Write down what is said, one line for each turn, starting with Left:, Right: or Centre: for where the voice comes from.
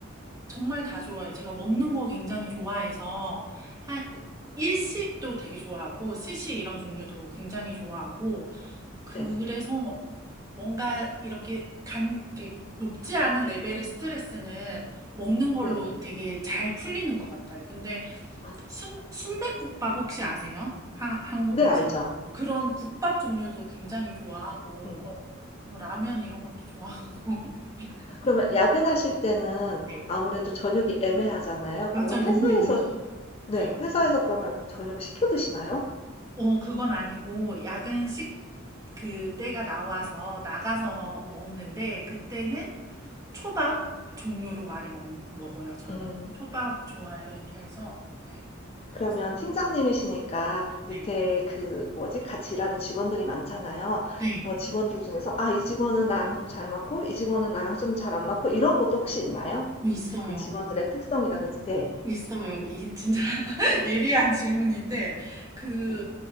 Right: 정말 다 좋아해요. 제가 먹는 거 굉장히 좋아해서, 한,
Left: 네,
Right: 일식도 되게 좋아하고, 스시 이런 종류도 굉장히 좋아하고, 그래서
Left: 네,
Right: 뭔가 이렇게 간, 이렇게 높지 않은 레벨의 스트레스는 먹는 걸로
Left: 네.
Right: 되게 잘 풀리는 것 같아요. 근데
Left: 아,
Right: 순, 순댓국밥 혹시 아세요? 하, 한국
Left: 네,
Right: 음식.
Left: 알죠.
Right: 그런 국밥 종류도 굉장히 좋아하고,
Left: 음.
Right: 뭐 라면 이런 것도 좋아하고. <laughs>
Left: 그러면 야근하실 때는
Right: 네,
Left: 아무래도 저녁이 애매하잖아요.
Right: 맞아,
Left: 그러면
Right: 너무
Left: 회사에서
Right: 애매해요. 네.
Left: 네 회사에서 그러면 저녁을 시켜 드시나요?
Right: 어, 그건 아니고, 야근식 그 때가 나와서 나가서
Left: 네.
Right: 먹는데, 그때는 초밥 종류로 많이 먹, 먹어요, 저는.
Left: 음.
Right: 초밥 좋아해서, 네. 그렇습니다.
Left: 그러면 팀장님이시니까 밑에
Right: 네.
Left: 그 뭐지 같이 일하는 직원들이 많잖아요.
Right: 네.
Left: 뭐 직원들 중에서 '아 이 직원은 나랑 좀 잘 맞고 이 직원은 나랑 좀 잘 안 맞고.' 이런 것도 혹시 있나요?
Right: 어, 있어요.
Left: 그 직원들의 특성이라든지 네.
Right: 있어요. 이, 진짜 <laughs> 예리한 질문인데, 그,
Left: 네.